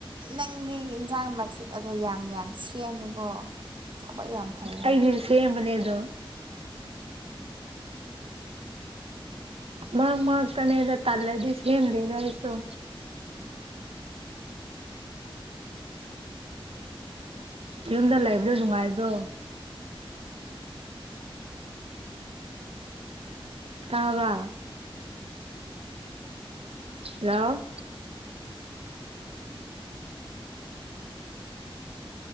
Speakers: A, on the right; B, on the right.
A: ꯅꯪꯗꯤ ꯏꯟꯁꯥꯡ ꯃꯊꯦꯛ ꯌꯥꯝ ꯌꯥꯝ ꯁꯦꯝꯃꯦꯀꯣ ꯊꯕꯛ ꯌꯥꯝ ꯐꯩꯌꯦ
B: ꯑꯩꯗꯤꯁꯨ ꯁꯦꯝꯕꯅꯦ ꯑ ꯑꯗꯨꯣ ꯃꯪ ꯃ ꯀꯅꯦꯗ ꯇꯥꯂꯗꯤꯁ ꯍ ꯂꯩ ꯌꯥꯁꯨꯣ ꯌꯨꯝꯗ ꯂꯩꯕ꯭ꯔꯣ ꯅꯨꯡꯉꯥꯏꯕ꯭ꯔꯣ ꯇꯥꯕ ꯍꯦꯜꯂꯣ